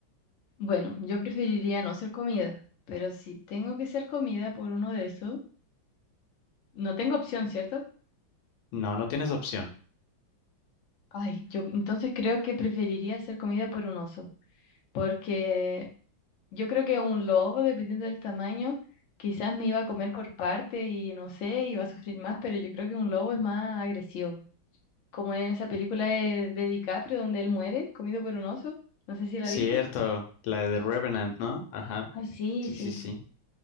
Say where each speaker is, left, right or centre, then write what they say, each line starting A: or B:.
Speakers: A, on the left; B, on the left.
A: Bueno, yo preferiría no ser comida, pero si tengo que ser comida por uno de esos, no tengo opción, ¿cierto?
B: No, no tienes opción.
A: Ay, yo entonces creo que preferiría ser comida por un oso, porque Yo creo que un lobo, dependiendo del tamaño, quizás me iba a comer por parte y no sé, iba a sufrir más, pero yo creo que un lobo es más agresivo. Como en esa película de, de DiCaprio donde él muere comido por un oso. No sé si la
B: Cierto,
A: viste.
B: la de The Revenant, ¿no? Ajá.
A: Ay, sí,
B: Sí, sí,
A: sí.
B: sí.